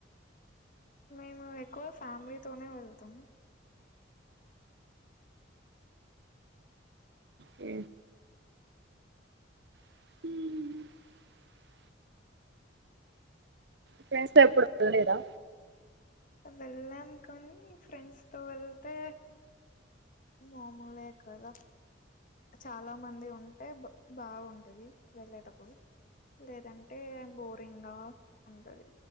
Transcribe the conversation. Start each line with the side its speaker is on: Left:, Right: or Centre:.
Left: మేము ఎక్కువ ఫ్యామిలీతోనే వెళ్తాం
Right: హ్ హ్ ఫ్రెండ్స్ తో ఎప్పుడు వెళ్ళలేదా
Left: వెళ్ళానుకని ఫ్రెండ్స్తో వెళ్తే మామూలే కదా చాలామంది ఉంటే బాగుంటుంది వెళ్ళేటప్పుడు లేదంటే బోరింగ్గా ఉంటది